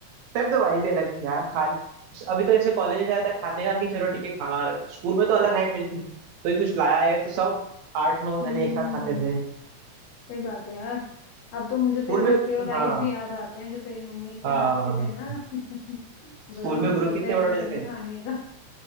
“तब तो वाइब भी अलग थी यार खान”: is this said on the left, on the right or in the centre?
Right